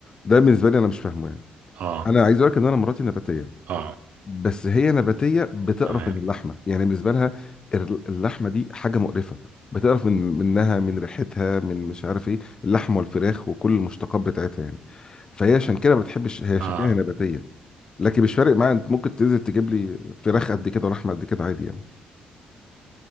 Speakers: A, on the left (about 30°); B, on the right (about 65°).
A: ده بالنسبة لي انا مش فاهمه يعني
B: اه
A: انا عايز اقول لك ان انا مراتي نباتية
B: اه
A: بس هي نباتية بتقرف
B: تمام
A: من اللحمة يعني بالنسبة لها ال- اللحمة دي حاجة مقرفة بتقرف من منها من ريحتها من مش عارف ايه اللحمة والفراخ وكل المشتقات بتاعتها يعني فهي عشان كده ما بتحبش هي عشان
B: اه
A: كده هي نباتية لكن مش فارق معايا انت ممكن تنزل تجيب لي فراخ قد كده ولحمه قد كده عادي يعني